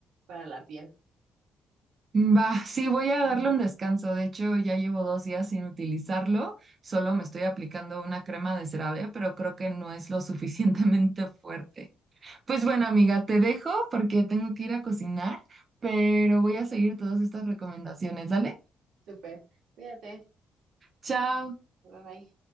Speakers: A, on the right; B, on the right.
A: para la piel.
B: Va, sí, voy a
A: Ujú.
B: darle un descanso. De hecho, ya llevo dos días sin utilizarlo. Solo me estoy aplicando una crema de CeraVe, pero creo que no es lo suficientemente fuerte. Pues bueno, amiga, te dejo porque tengo que ir a cocinar, pero voy a seguir todas estas recomendaciones. Dale,
A: Súper. Cuídate.
B: chao.
A: Bye bye.